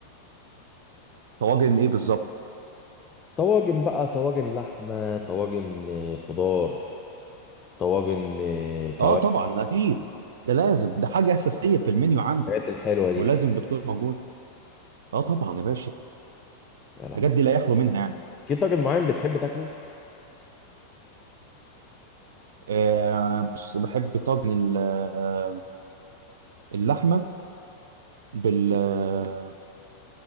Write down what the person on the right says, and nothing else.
طواجن ايه بالظبط
اه طبعا اكيد ده لازم ده حاجه اساسيه في المنيو عنده
ولازم بتكون موجوده اه طبعا يا باشا
الحاجات دي لا يخلو منها يعني
آه بص بحب طاجن ال- آه، اللحمه بال آه،